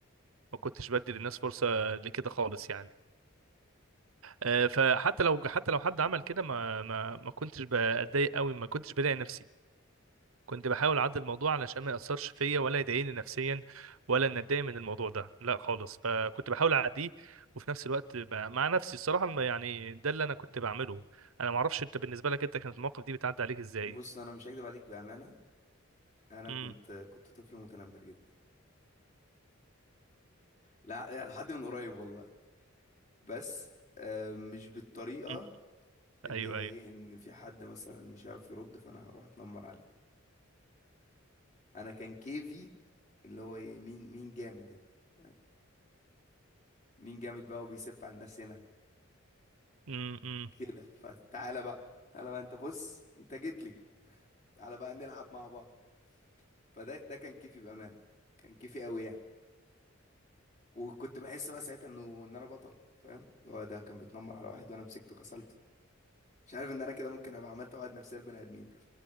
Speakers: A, on the right; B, on the left.
A: ما كنتش بدي للناس فرصة لكده خالص يعني آه، فحتى لو حتى لو حد عمل كده ما ما ما كنتش بتضايق قوي ما كنتش بلاقي نفسي كنت بحاول اعدل الموضوع علشان ما ياثرش فيا ولا يضايقني نفسيا ولا ان اتضايق من الموضوع ده لا خالص فكنت بحاول اعديه وفي نفس الوقت ب- مع نفسي الصراحه الم- يعني ده اللي انا كنت بعمله انا ما اعرفش انت بالنسبه لك انت كانت المواقف دي بتعدي عليك ازاي
B: بص انا مش هكدب عليك بأمانة انا
A: امم
B: كنت كنت طفل متنمر جدا لا لحد من قريب والله بس آه، مش بالطريقة
A: أمم.
B: اللي
A: ايوه
B: هي
A: ايوه
B: ايه ان في حد مثلا مش عارف يرد فانا هروح اتنمر عليه انا كان كيفي اللي هو ايه مين مين جامد هنا فاهم مين جامد بقى وبيسف على الناس هنا
A: امم أمم.
B: كده فتعالى بقى تعالى بقى انت بص انت جيت لي تعالى بقى نلعب مع بعض فده ده كان كيفي بامانه كان كيفي قوي يعني وكنت بحس بقى ساعتها انه ان انا بطل فاهم اللي هو ده كان بيتنمر على واحد وانا مسكته كسلته مش عارف ان انا كده ممكن ابقى عملت عقد نفسيه لبني ادمين